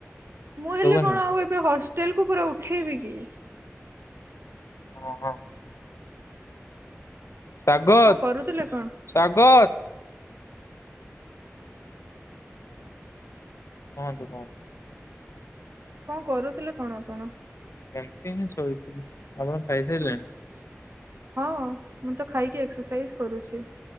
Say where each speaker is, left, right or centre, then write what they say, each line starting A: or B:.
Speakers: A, on the right; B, on the left.
A: ମୁଁ
B: ଶୁଭୁନି
A: ହେଲେ କଣ ଆଉ ଏ ଏବେ ହଷ୍ଟେଲକୁ ପୁରା ଉଠେଇବି କି?
B: ଓହଁ। ସ୍ୱାଗତ
A: କଣ କରୁଥିଲେ କଣ?
B: ସ୍ଵାଗତ। କୁହନ୍ତୁ କୁହନ୍ତୁ।
A: କଣ କରୁଥିଲେ କଣ ଆପଣ।
B: ଏମତି ହିଁ ଶୋଇଥିଲି, ଆପଣ ଖାଇସାରିଲେଣି।
A: ଆଚ୍ଛା ହଁ ମୁଁ ତ ଖାଇକି ଏକ୍ସରସାଇଜ କରୁଛି।